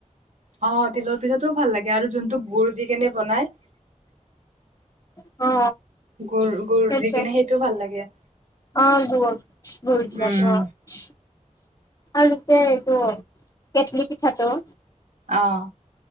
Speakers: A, on the right; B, on the left.
A: অ, তিলৰ পিঠাটোও ভাল লাগে আৰু জোনটো গুড দি কেনে বনাই।
B: অ।
A: গুৰ, গুৰ
B: সেইটোৱে
A: দি কিনে সেইটো ভাল লাগে।
B: অ, গুৰ গুৰ দিয়াটো
A: উম
B: অহ। আৰুতে এইটো কেটলি পিঠাটো।
A: অহ